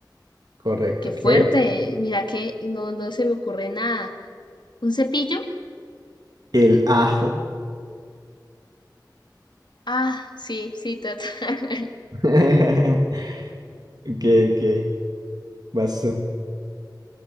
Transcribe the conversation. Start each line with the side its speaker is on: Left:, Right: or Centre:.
Right: Correcto.
Left: Qué fuerte,
Right: ¿Qué?
Left: eh, mira que no, no se me ocurre nada. ¿Un cepillo?
Right: El ajo.
Left: Ah, sí, sí, total. <laughs>
Right: <laughs> Ok, ok. Vas tú.